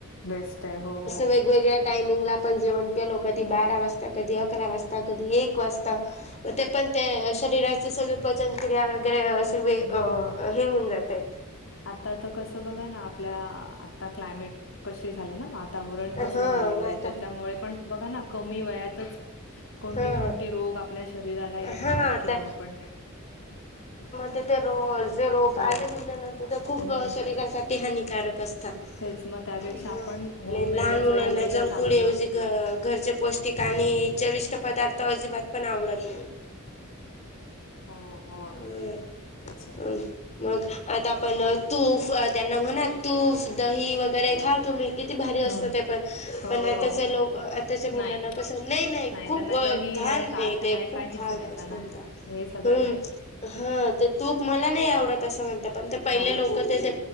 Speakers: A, on the left; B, on the left.
A: बेस्ट आहे. हो, हो.
B: वेगवेगळ्या टाइमिंगला आपण जेवण केलो, कधी बारा वाजता, कधी अकरा वाजता, कधी एक वाजता. ते पण ते शरीराची सगळी पचन क्रिया वगैरे वे हे
A: हं.
B: होऊन जाते.
A: आता तर कसं बघा ना आपल्या आता क्लायमेट कसे झाले ना वातावरण
B: हा
A: कसं झालेलं आहे
B: आता
A: त्याच्यामुळे पण बघा ना कमी वयातच कोणते
B: हा
A: कोणते रोग आपल्या शरीराला येतात
B: हा
A: किंवा
B: ते
A: आपण
B: तेथे रोज जे रोग
A: हो
B: आले बिले ना तर ते खूप
A: हम्म
B: शरीरासाठी हानिकारक कस्ता हा,
A: तेच मग त्यापेक्षा आपण होममेडच
B: नाय लहान मुलांना
A: खाल्लेलं
B: जंक
A: चांगलं.
B: फूड ऐवजी घरचे पौष्टिक आणि चविष्ट पदार्थ अजिबात पण आवडत नाही.
A: हो, हो-
B: हम,
A: तेच ना.
B: हम. मग आता आपण तूप त्यांना म्हणा तूफ दही वगैरे खा तुम् किती भारी
A: हम्म
B: असतं ते पण
A: हो
B: पण आताचे
A: हो
B: लोक, आत्ताच्या मुलांना
A: नाही
B: कसं नाही नाही खूप
A: त्यांना
B: घाण
A: दही
B: नाही
A: ताक
B: ते खूप
A: काहीच
B: घाण
A: नाही
B: असं
A: त्यांना
B: म्हणत.
A: हे सगळं
B: हम्-
A: नाही
B: हा ते तूप मला नाही आवडत असं म्हणत, पण ते पहिले
A: हा
B: लोक ते ते